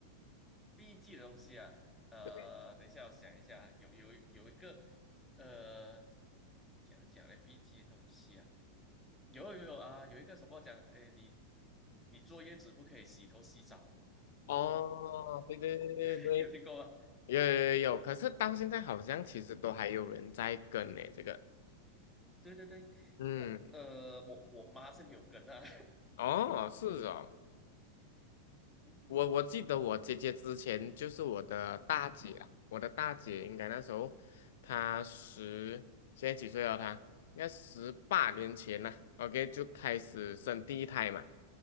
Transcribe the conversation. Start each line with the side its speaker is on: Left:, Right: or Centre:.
Centre: 避 g 的东西啊，呃，
Left: 对。
Centre: 等一下我想一下，有有有一个，呃，讲讲的避 g 的东西啊，有有有啊，有一个什么讲，诶，你你坐月子不可以洗头洗澡，
Left: 哦，对对对对对，
Centre: <laughs> 有听过吗？
Left: 有有有有，可是到现在好像其实都还有人在跟呢、这个。
Centre: 对对对，
Left: 嗯，
Centre: 但呃，我我妈是没有跟啊，
Left: 哦，是哦。
Centre: <laughs> 嗯哼
Left: 我我记得我姐姐之前就是我的大姐啊，
Centre: 嗯哼
Left: 我的大姐应该那时候她十，现在几岁了她？应该十八年前了 o k 就开始生第一胎嘛。